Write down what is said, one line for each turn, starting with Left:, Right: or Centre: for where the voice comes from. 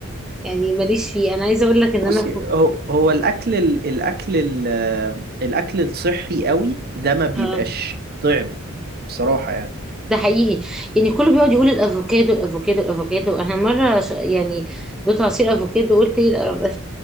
Centre: يعني ماليش فيه انا عايزه اقول لك ان
Right: بصي
Centre: انا
Right: هو هو الاكل ال... الاكل ال... آه، الاكل الصحي قوي ده ما بيبقاش
Centre: آه،
Right: طعم بصراحه يعني
Centre: ده حقيقي يعني كله بيقعد يقول الافوكادو الافوكادو الافوكادو احنا مره ش... يعني دوت عصير افوكادو قلت ايه القرف ده